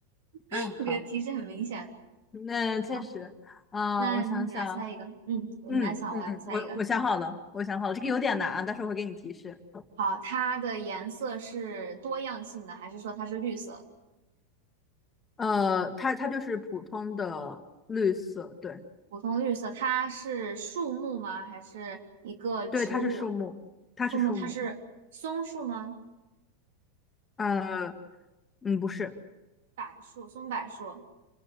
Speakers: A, on the right; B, on the left.
A: <laughs>
B: 啊，好，
A: 这个提示很明显。
B: 那确实，
A: 好，
B: 啊、
A: 那你来猜一个，
B: 我想想，
A: 嗯，
B: 嗯嗯，
A: 你来想，我来猜一个。
B: 我我想好了，我想好了，这个有点难啊，但是我会给你提示。
A: 好，它的颜色是多样性的，还是说它是绿色？
B: 呃，它它就是普通的绿色，对
A: 普通绿色，它是树木吗？还是一个植物？
B: 对，它是树木，它是树木，
A: 树木，它是松树吗？
B: 呃，嗯，不是。
A: 柏树、松柏树，